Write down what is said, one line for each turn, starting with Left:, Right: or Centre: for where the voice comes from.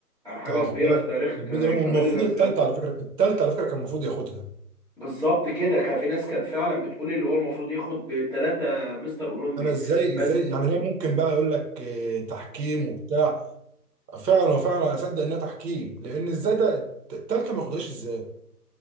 Centre: يعني
Right: انت
Centre: حاجة كبيرة
Right: خد بالك
Centre: في تاريخ
Right: البيج
Centre: ك-
Right: رامي
Centre: كمال
Right: المفروض
Centre: الأجسام
Right: الثالثه على فكره الثالثه على فكره كان المفروض ياخدها
Centre: بالظبط كده كان في ناس كانت فعلا بتقول اللي هو المفروض ياخد ثلاثة مستر اولمبيا
Right: انا ازاي
Centre: بس
Right: ازاي يعني هي ممكن بقى يقول لك آه، تحكيم وبتاع فعلا وفعلا اصدق انها تحكيم لان ازاي ده الثالثه ما ياخدهاش ازاي